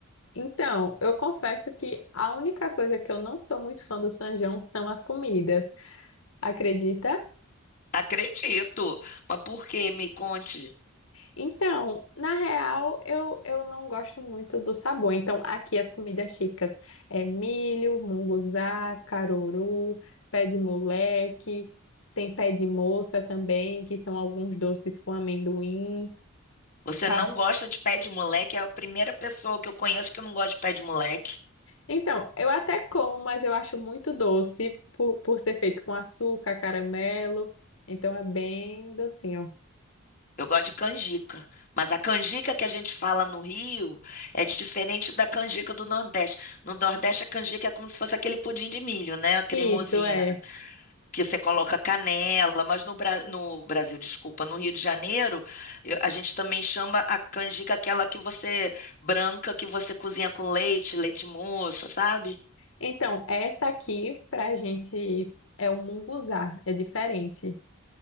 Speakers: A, on the left; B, on the left.
A: Então, eu confesso que a única coisa que eu não sou muito fã do São João são as comidas, acredita?
B: Acredito. Mas por quê? Me conte.
A: Então, na real, eu, eu não gosto muito do sabor. Então, aqui as comidas típicas é milho, munguzá, caruru, pé de moleque, tem pé de moça também, que são alguns doces com amendoim.
B: Você
A: Ca-
B: não gosta de pé de moleque? É a primeira pessoa que eu conheço que não gosta de pé de moleque.
A: Então, eu até como, mas eu acho muito doce por, por ser feito com açúcar, caramelo. Então é bem docinho.
B: Eu gosto de canjica. Mas a canjica que a gente fala no Rio é diferente da canjica do Nordeste. No Nordeste, a canjica é como se fosse aquele pudim de milho, né? Cremosinho.
A: Isso é.
B: Que você coloca canela. Mas no, Bra- no Brasil, desculpa, no Rio de Janeiro, eu- a gente também chama a canjica aquela que você branca, que você cozinha com leite, leite moça, sabe?
A: Então, essa aqui pra gente é um munguzá, é diferente.